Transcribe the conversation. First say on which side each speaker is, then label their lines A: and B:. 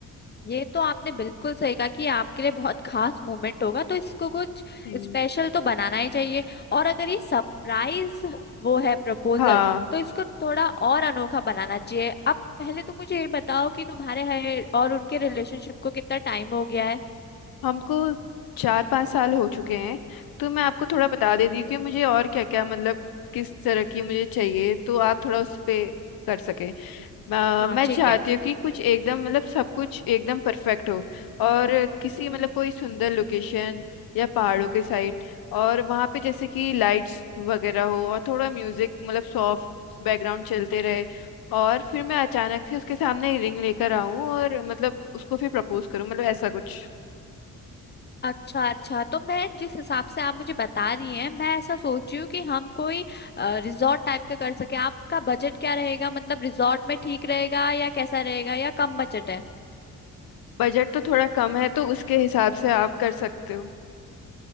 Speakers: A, on the left; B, on the left.
A: ये तो आपने बिल्कुल सही कहा कि ये आपके लिए बहुत खास मोमेंट होगा तो इसको कुछ
B: हम्म।
A: स्पेशल तो बनाना ही चाहिए और अगर ये सरप्राइज वो है प्रपोजल
B: हाँ
A: तो इसको थोड़ा और अनोखा बनाना चाहिए अब पहले तो मुझे ये बताओ कि तुम्हारे है और उनके रिलेशनशिप को कितना टाइम हो गया है
B: हमको चार पाँच साल हो चुके हैं तो मैं आपको थोड़ा बता देती हूँ कि मुझे और क्या क्या मतलब किस तरह की मुझे चाहिए तो आप थोड़ा उस पे कर सकें अ,
A: हाँ
B: मैं
A: ठीक
B: चाहती
A: है
B: हूँ कि कुछ एकदम मतलब सब कुछ एकदम परफेक्ट हो और किसी मतलब कोई सुंदर लोकेशन या पहाड़ों के साइड और वहाँ पे जैसे कि लाइट्स वगैरह हो और थोड़ा म्यूजिक मतलब सॉफ्ट बैकग्राउंड चलते रहे और फिर मैं अचानक से उसके सामने रिंग लेकर आऊं और मतलब उसको फिर प्रपोज करूं मतलब ऐसा कुछ
A: अच्छा अच्छा तो मैं जिस हिसाब से आप मुझे बता रही हैं मैं ऐसा सोच रही हूँ कि हम कोई रिजॉर्ट टाइप का कर सके आपका बजट क्या रहेगा मतलब रिजॉर्ट में ठीक रहेगा या कैसा रहेगा या कम बजट है
B: बजट तो थोड़ा कम है तो उसके हिसाब से आप कर सकते हो